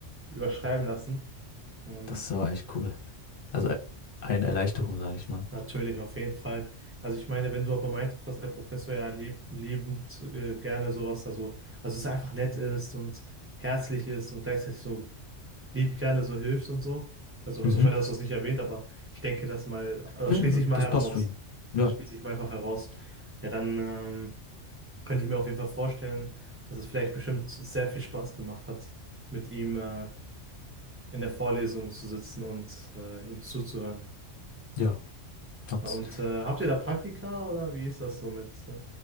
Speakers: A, on the right (about 15°); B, on the left (about 55°).
A: überschreiben lassen. Und
B: das ist aber echt cool. Also äh, eine Erleichterung, sage ich mal.
A: Natürlich, auf jeden Fall. Also ich meine, wenn du aber meintest, dass der Professor ja lieb, liebend äh, gerne sowas, also, also es einfach nett ist und herzlich ist und gleichzeitig so lieb gerne so hilft und so. Also höchstwahrscheinlich
B: Mhm.
A: hast du das nicht erwähnt, aber ich denke das mal, also
B: Ja,
A: das
B: ja,
A: schließe
B: das,
A: ich mal
B: das
A: heraus.
B: passt zu ihm. Ja,
A: Das schließe ich mal einfach heraus. Ja, dann ähm, könnte ich mir auf jeden Fall vorstellen, dass es vielleicht bestimmt sehr viel Spaß gemacht hat, mit ihm äh, in der Vorlesung zu sitzen und äh, ihm zuzuhören.
B: ja. Hat's
A: Und äh, habt ihr da Praktika oder wie ist das so mit? Äh,